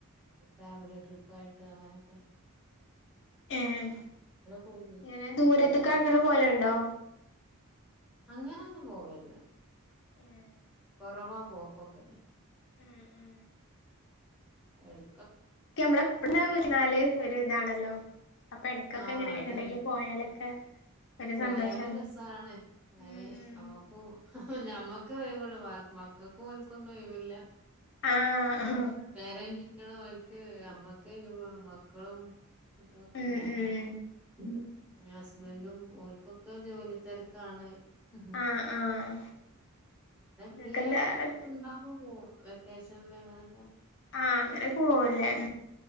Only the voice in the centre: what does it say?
ഫാമിലി ട്രിപ്പ് ആയിട്ട് അങ്ങനൊക്കെ
പോയി
അല്ലാതെ
അങ്ങനൊന്നും പോവേല്ല
കൊറവാ പോക്കൊക്കെ
എട്
ആഹ്
അതന്നെ
പോയാല്
രസണ് അങ്ങനെ
നമ്മക്കും ഞമ്മക്കെ ഒഴിവൊള്ളൂ മക്കൾക്കും ഓൽക്കൊന്നും ഒഴിവില്ല
പേരെ നിക്ക്ണ ഓൽക്ക് അമ്മക്കേയു <unintelligible> ക്കളും കുട്ടികളൊക്കെ
ഉണ്ടാവുമ്പോ
<inaudible> ബൻഡും ഓൽക്കൊക്കെ ജോലി തരക്കാണ് <unintelligible>
പ്രിയായിട്ട്
ണ്ടാകുമ്പോ പോകും വെക്കേഷൻല് എങ്ങനെക്കെ